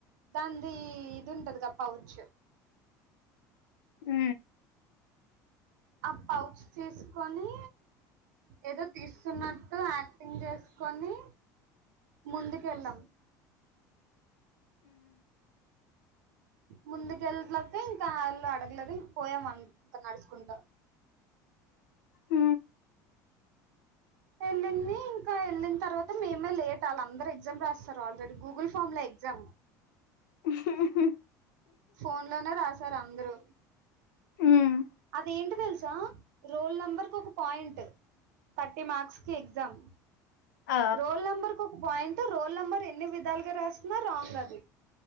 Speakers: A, on the right; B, on the left.
A: దానిధి ఇది ఉంటది గా పౌచ్
B: ఊ
A: ఆ పౌచ్ తీసుకొని ఏదో తీస్తున్నట్టు యాక్టింగ్ చేస్ కని ముందుకు వెళ్ళాం ముందుకెళ్ళలక ఇంకా వాళ్ళు అడగలేదు ఇం పోయామ ఇంకా నడుచుకుంటా అ
B: ఊ
A: వెళ్ళింది ఇంకా వెళ్ళిన తర్వాత తె మేమే లేట్ వాళ్ళ అందరు ఎగ్జామ్ రాస్తారు ఆల్రెడీ గూగుల్ ఫామ్ ల ఎగ్జామ్
B: ఉహు
A: ఫోన్ లోనే రాసారు అందరు
B: ఉమ్
A: అదేంటి తెలుసా రోల్ నెంబర్కు ఒక పాయింట్ థర్టీ మార్క్స్ కి ఎగ్జమ్
B: ఆ
A: రోల్ నంబర్ కు పాయింట్ రోల్ నెంబర్ ఎన్ని విధాలుగా రాసిన రాంగ్ అది